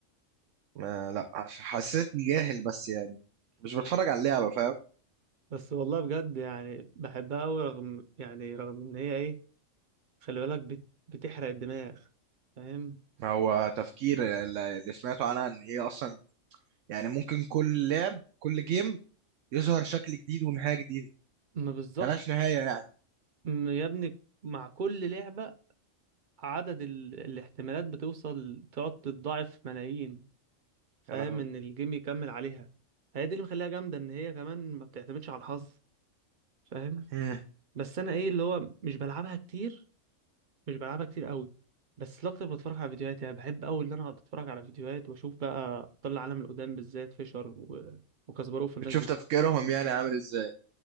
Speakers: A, on the right (about 70°); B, on the right (about 50°).
A: ما لا عش- حسيتني جاهل بس يعني مش بتفرج على اللعبة فاهم
B: بس والله بجد يعني بحبها قوي رغم يعني رغم ان هي ايه خلي بالك بت- بتحرق الدماغ فاهم
A: هو تفكير اللي اللي سمعته عنها ان هي اصلا يعني ممكن كل لعب كل جيم يظهر شكل جديد ونهاية جديدة
B: ما بالظبط
A: ملهاش نهاية يعني
B: م- يا ابني مع كل لعبة عدد ال... الاحتمالات بتوصل تقعد تتضاعف ملايين فاهم
A: يا لهوي
B: ان الجيم يكمل عليها هي دي اللي مخليها جامدة ان هي كمان ما بتعتمدش على الحظ فاهم
A: مم.
B: بس انا ايه اللي هو مش بلعبها كتير مش بلعبها كتير قوي بس الاكتر بتفرج على فيديوهات يعني بحب قوي ان انا اقعد اتفرج على فيديوهات واشوف بقى طلع عالم القدام بالذات فيشر و... وكاسباروف والناس
A: بتشوف
B: دي
A: تفكيرهم يعني عامل ازاي